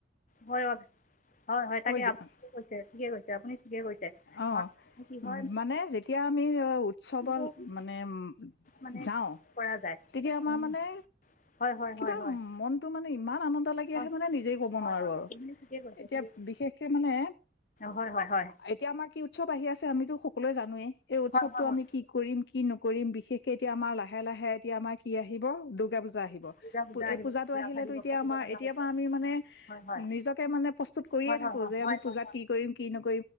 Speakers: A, on the left; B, on the left.
A: হয় হয় হয় হয়
B: কৈ
A: তাকে
B: যো-
A: আপ কৈছে ঠিকে কৈছে আপুনি ঠিকে কৈছে
B: অ
A: আমাৰ কি হয়
B: মানে যেতিয়া আমি উৎসৱৰ
A: বহুত
B: মানে উ
A: মানে
B: যাওঁ
A: কৰা যায়
B: তেতিয়া আমাৰ
A: উম,
B: মানে
A: হয় হয়
B: কিবা
A: হয় হয়
B: মনটো মানে ইমান আনন্দ লাগি
A: হয়
B: আহে মানে নিজেই ক'ব
A: হয়
B: নোৱাৰো
A: হয় হয়
B: আৰু
A: তুমি ঠিকে কৈছে
B: এতিয়া
A: ঠিকে কৈছে
B: বিশেষকে মানে
A: হয় হয় হয়
B: এতিয়া আমাৰ কি উৎসৱ আহি আছে আমিতো সকলোৱলৈ জানোৱেই এই উৎসৱতটো
A: হয় হয় হয়
B: আমি কি কৰিম কি নকৰিম বিশেষকে এতিয়া আমাৰ লাহে লাহে এতিয়া আমাৰ কি আহি আহ দুৰ্গা পূজা আহিব
A: দুৰ্গা পূজা আহিব
B: এই পূজাটো
A: ৰাভা
B: আহিলেতো
A: দিৱস
B: এতিয়া
A: পাতিব
B: আমাৰ
A: লগা
B: এতিয়
A: হৈছে
B: পৰা আমি মানে
A: হয় হয়
B: নিজকে মানে প্ৰস্তুত কৰিয়ে
A: হয়
B: থাকো
A: হয় হয়
B: যে
A: হয়
B: আমি পূজাত
A: হয়
B: কি কৰিম কি নম